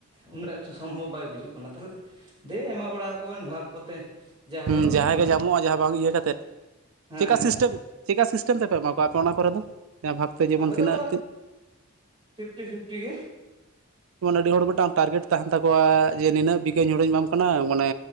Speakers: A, on the right; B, on the right.
A: ᱩᱱᱟᱹᱜ ᱮᱠᱴᱩ ᱥᱚᱢᱵᱷᱚᱵ ᱵᱟᱭ ᱵᱩᱡᱟᱹᱜ ᱠᱟᱱᱟ᱾ ᱛᱟᱦᱚᱞᱮ ᱫᱮ ᱮᱢᱟ ᱵᱟᱲᱟ ᱟᱠᱚ ᱵᱮᱱ ᱵᱷᱟᱜᱽ ᱠᱚᱛᱮ᱾ ᱡᱟ ᱦᱤᱞᱳᱜ
B: ᱦᱮᱸ
A: ᱦᱩᱭᱩᱜᱼᱟ
B: ᱡᱟᱦᱟᱸᱭ ᱜᱮ ᱧᱟᱢᱚᱜᱼᱟ, ᱡᱟᱦᱟᱸ ᱵᱟᱝ ᱤᱭᱟᱹ ᱠᱟᱛᱮᱫ᱾
A: ᱦᱮᱸ
B: ᱪᱮᱜᱼᱠᱟ ᱥᱤᱥᱴᱮᱢ ᱪᱮᱠᱟ ᱥᱤᱥᱴᱮᱢ ᱛᱮᱯᱮ ᱮᱢᱟ ᱠᱚᱣᱟ, ᱟᱯᱮ ᱚᱱᱟ ᱠᱚᱨᱮ ᱫᱚ ᱡᱟᱦᱟᱸ ᱵᱷᱟᱜᱵᱽ ᱛᱮ ᱡᱮᱢᱚᱱ
A: ᱟᱞᱮ
B: ᱛᱤᱱᱟᱹᱜ
A: ᱫᱚ ᱯᱷᱤᱯᱴᱤ ᱯᱷᱤᱯᱴᱤ ᱜᱮ᱾
B: ᱡᱮᱢᱚᱱ ᱟᱹᱰᱤ ᱦᱚᱲ ᱢᱤᱫᱴᱟᱝ ᱴᱟᱨᱜᱮᱴ ᱛᱟᱦᱮᱱ ᱛᱟᱠᱚᱣᱟ, ᱡᱮ ᱱᱤᱱᱟᱹᱜ ᱵᱤ ᱦᱳᱲᱳᱧ ᱮᱢᱟᱢ ᱠᱟᱱᱟ, ᱢᱟᱱᱮ